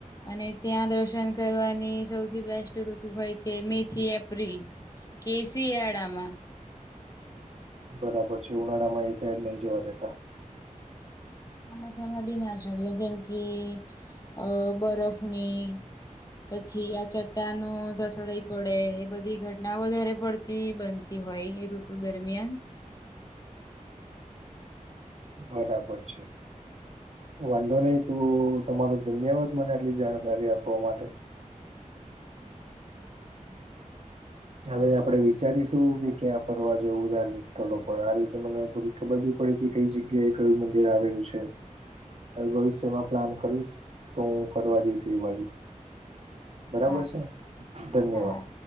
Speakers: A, on the left; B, on the right.
A: અને ત્યાં દર્શન કરવાની સૌથી બેસ્ટ ઋતુ હોય છે મે થી એપ્રિલ. કે શિયાળામાં.
B: બરાબર છે ઉનાળામાં એ સાઈડ નહી જવા દેતા.
A: હ મસામાં બી ના આચારઓ કેમકી અ બરફ અને પછી આ ચટ્ટા ન ધસડાઈ પડે એ બધી ઘટનાઓ વધારે પડ બનતી હોય એ ઋતુ દરમિયાન
B: બરાબર છે. વાંધો નહી તું તમારો ધન્યવાદ મને આટલી જાણકારી આપવા માટે.
A: <inaudible>
B: હવે આપડે વિચારીશું કે ક્યાં ફરવા જવું ધાર્મિક સ્થળો પર આ રીતે મને થોડી ખબર બી પડે કે કઈ જગ્યાએ કયું મંદિર આવેલું છે. ભવિષ્યમાં પ્લાન કરીશ તો હું ફરવા જઈશ એ બાજુ. બરાબર
A: સારું
B: છે ધન્યવાદ.
A: સારું